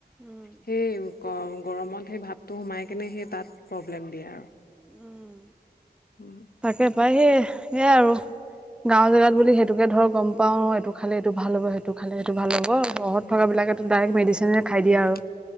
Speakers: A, in the centre; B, on the left.
A: উম
B: সেইয়ো কৰম গৰমত সেই ভাতটো সোমাই কিনে সেই তাত প্ৰব্লেম দিয়ে আৰু।
A: উম
B: উম।
A: তাকে পাই সেই সেয়াই আৰু। গাঁও জেগাত বুলি সেইটোকে ধৰ গম পাওঁ এইটো খালে এইটো ভাল হ'ব সেইটো খালে সেইটো ভাল হ'ব। চৰহত
B: উম
A: থকা বিলাকেতো ডাইৰেক্ট মেডিচনে খাই
B: উম
A: দিয়ে আৰু।